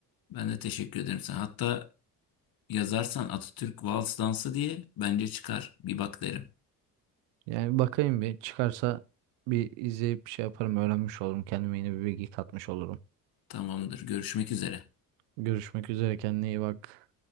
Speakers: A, on the left; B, on the right.
A: ben de teşekkür ederim sana. Hatta yazarsan Atatürk Vals Dansı diye bence çıkar. Bir bak derim.
B: Yani bakayım bir çıkarsa bir izleyip bir şey yaparım, öğrenmiş olurum. Kendime yeni bir bilgi katmış olurum.
A: Tamamdır. Görüşmek üzere.
B: Görüşmek üzere kendine iyi bak.